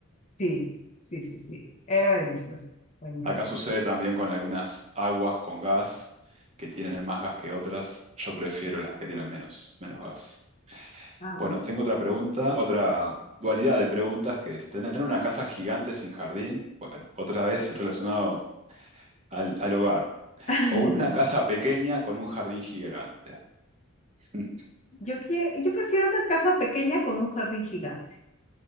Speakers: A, on the left (about 35°); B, on the right (about 30°).
A: Sí, sí, sí, sí. Era delicioso, buenísimo.
B: Acá sucede también con algunas aguas con gas que tienen más gas que otras. Yo prefiero las que tienen menos, menos gas.
A: Ah,
B: Bueno,
A: mira.
B: tengo otra pregunta, otra dualidad de preguntas que es tener una casa gigante sin jardín. Bueno, otra vez relacionado al, al hogar.
A: <laughs>
B: O una casa pequeña con un jardín gigante. <laughs>
A: Yo quiero, yo prefiero una casa pequeña con un jardín gigante.